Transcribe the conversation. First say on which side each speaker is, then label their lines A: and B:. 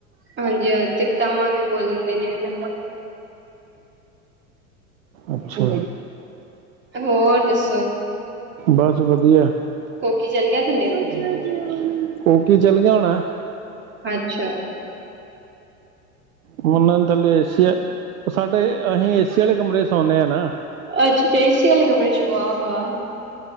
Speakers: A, on the right; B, on the right.
A: ਹਾਂਜੀ ਹਾਂ <unintelligible> ਵੀ ਬੋਲਣ ਦੇ ਨੇ ਵੀ
B: ਅਛਾ
A: ਹੋਰ ਦੱਸੋ
B: ਬਸ ਵਧੀਆ
A: ਕੋਕੀ ਚੱਲ ਗਿਆ ਥੱਲੇ
B: <inaudible> ਉਹ ਕੀ ਚੱਲ ਗਿਆ ਹੋਣਾ
A: ਅੱਛਾ
B: ਮੰਨਣ ਥੱਲੇ ਏਸ਼ ਸਾਡੇ ਅਸੀਂ ਏ ਸੀ ਵਾਲੇ ਕਮਰੇ ਸੋਣੇ ਆ ਨਾ
A: ਅੱਛਾ ਏ ਸੀ ਵਾਲੇ ਕਮਰੇ ਚ ਵਾਹ ਵਾਹ